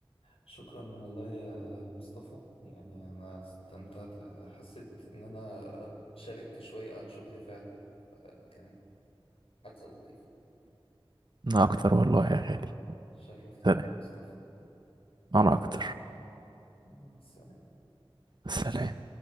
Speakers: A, on the left; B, on the right.
A: شكرا والله يا مصطفى يعني انا استمتعت حسيت ان انا شاركت شوية عن شغلي فعلا فكانت حادثة لطيفة
B: انا اكتر والله يا غالي
A: شرفت بيك
B: سلام
A: مصطفى
B: انا اكتر
A: مع السلامة
B: سلام